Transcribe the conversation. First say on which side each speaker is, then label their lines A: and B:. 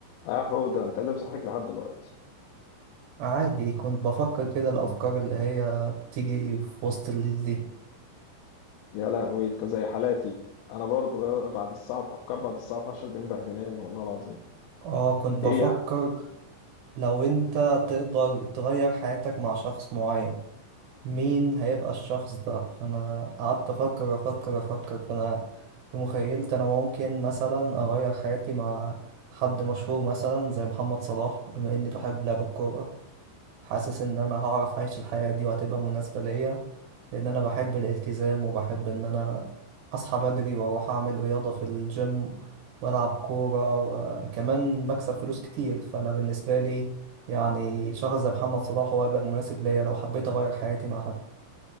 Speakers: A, on the left; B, on the right.
A: اه حوده انت اللي مصحيك لحد دلوقتي
B: عادي كنت بفكر كده الأفكار اللي هي بتيجي في وسط الليل دي
A: يا لهوي انت زي حالاتي انا برضو بعد الساعه افكار بعد الساعه 12 دي مبهدلاني والله العظيم
B: اه كنت بفكر
A: ايه يا عم؟
B: لو انت تقدر تغير حياتك مع شخص معين مين هيبقى الشخص ده فأنا قعدت أفكر أفكر أفكر فأنا في مخيلتي أنا ممكن مثلا أغير حياتي مع حد مشهور مثلا زي محمد صلاح بما إني بحب لعب الكورة حاسس ان انا هعرف اعيش الحياة دي وهتبقى مناسبة ليا لان انا بحب الالتزام وبحب ان انا اصحى بدري واروح اعمل رياضة في الجيم والعب كورة وكمان بكسب فلوس كتير فانا بالنسبة لي يعني شخص زي محمد صلاح هو هيبقى مناسب ليا لو حبيت اغير حياتي مع حد